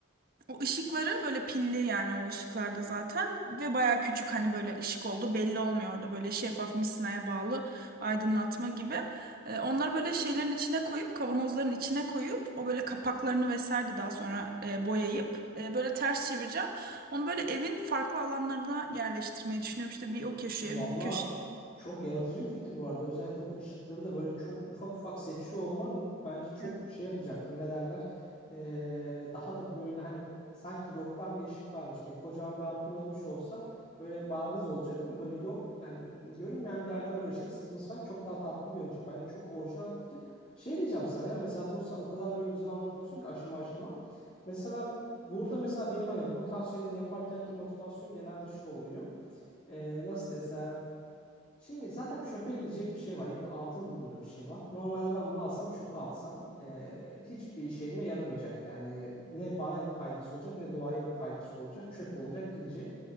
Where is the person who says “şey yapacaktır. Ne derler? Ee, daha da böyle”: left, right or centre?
Left